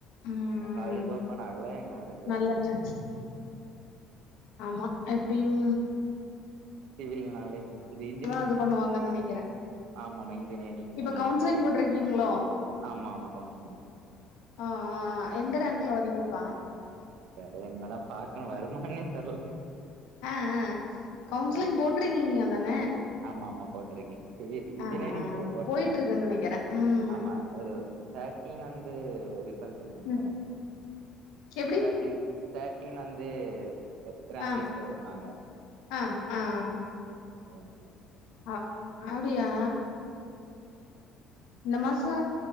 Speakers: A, on the left; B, on the right.
A: ம்
B: இன்னூ காலேஜ் ஓப்பன் ஆகல இன்னூ ரெண்டு
A: நல்ல
B: வாரோ ஆகூ
A: சான்ஸ் ஆமா எப்டியூ
B: சிவில்னாலே இது இந்தெனிங்
A: இது பண்ணுவாங்கன்னு நெனைக்கிறேன்
B: ஆமா ஆமா இங்க இனு ரெண்டு
A: இப்ப
B: நாளைக்கு
A: கவுன்சிலிங்
B: கொஞ்ச லைட்டா
A: போட்டிருக்கீங்களோ
B: ஆமா ஆமா கவுன்சிலிங் வந்துட்டு
A: ஆ ஆ எந்த ரேங்க்ல வரீங்கப்பா
B: பெறவு இன்மேதா பாக்கணு வருமான்னே தெர்ல
A: அ அ கவுன்சிலிங்
B: வந்தா
A: போட்டறீங்கீங்க
B: பாக்
A: தான
B: ஆமா ஆமா போட்ருக்கே சிவி இன்ஜினியரிங்
A: ஆ ஆ
B: இதுல போட்டே
A: போயிட்டு இருக்குன்னு நெனைக்கிறே ம்
B: ஆமா அது தேர்ட்டீன் வந்து ஒரு <unintelligible>
A: ம்
B: எனக்கு
A: எப்டி
B: தேர்ட்டீன் தேர்ட்டீன் வந்து அ ரேங்க்
A: ஆ
B: லிஸ்ட் வருனாங்க
A: ஆ ஆஆ
B: அதான்
A: அ அப்டியா
B: உஹ <inaudible>
A: இந்த மாசோ